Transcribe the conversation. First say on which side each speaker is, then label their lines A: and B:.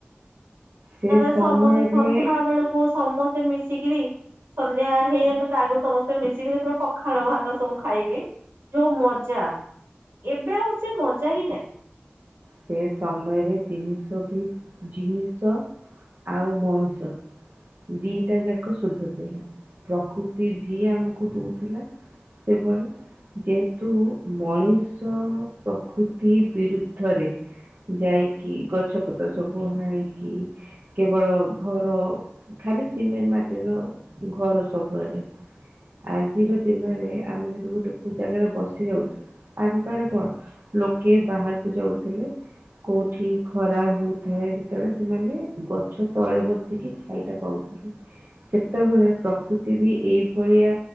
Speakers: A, on the right; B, on the right.
A: ସେ
B: ତାପରେ
A: ସମୟରେ
B: ସମସ୍ତେ ସନ୍ଧ୍ୟା ବେଳକୁ ସମସ୍ତେ ମିଶିକିରି। ସନ୍ଧ୍ୟା ହେଇନଥିବ ତା ଆଗରୁ ସମସ୍ତେ ମିଶିକିରି ପୁରା ପଖାଳ ଭାତ ସବୁ ଖାଇବେ। ଯୋଉ ମଜା ଏବେ ଆଉ ସେ ମଜା ହିଁ ନାହିଁ।
A: ସେ ସମୟରେ ଜିନିଷ ବି ଜିନିଷ ଆଉ ମଣିଷ। ଦିଟା ଯାକ ଶୁଦ୍ଧ ଥିଲା ପ୍ରକୃତି ଭି ଆମକୁ ଦଉଥିଲା। ସେଭଳି ଯେହେତୁ ମଣିଷ ପ୍ରକୃତି ବିରୁ ଧରେ ଯାଇକି ଗଛପତ୍ର ସବୁ ହାଣିକି। କେବଳ ଘର ଖାଲି ସିମେଣ୍ଟ ମାଟିର ଘର ସବୁଆଡେ। ଆଜିର ଦିନରେ ଆମେ ଯଦି ଗୋଟେ କୋଉ ଜାଗାରେ ବସି ଯାଉଛୁ। ଆଗ କାଳେ କଣ ଲୋକେ ବାହାରକୁ ଯାଉଥିଲେ। କୋଉଠି ଖରା ହଉଥାଏ ଯେତେବେଳେ ସେମାନେ ଗଛ ତଳେ ବସିକି ଛାଇଟା ପାଉ ସେତେବେଳେ ପ୍ରକୃତି ବି ଏଇଭଳିଆ